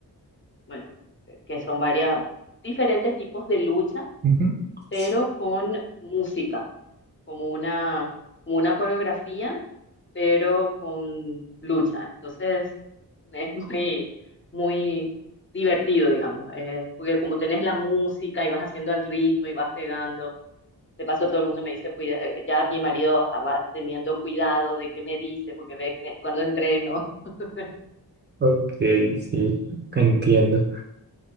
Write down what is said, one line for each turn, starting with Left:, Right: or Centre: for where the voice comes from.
Left: bueno, eh, que son varias, diferentes tipos de lucha,
Right: Ujú.
Left: pero
Right: Sí,
Left: con música, como una, como una coreografía, pero con lucha. Entonces, es muy, muy divertido, digamos, eh, porque como tenés la música y vas haciendo al ritmo y vas pegando, de paso todo el mundo me dice, cuida, eh, ya mi marido ah, va teniendo cuidado de qué me dice, porque ve que me- cuando entreno. <laughs>
Right: Ok, sí, entiendo.